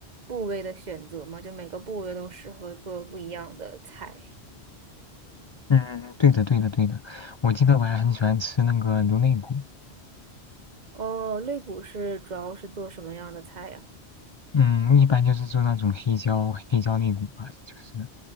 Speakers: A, on the right; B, on the left.
A: 部位的选择嘛，就每个部位都适合做不一样的菜。
B: 嗯，对的，对的，对的。我记得我还很喜欢吃那个牛肋骨，
A: 哦，肋骨是主要是做什么样的菜呀？
B: 嗯，一般就是做那种黑椒黑椒肋骨吧，就是，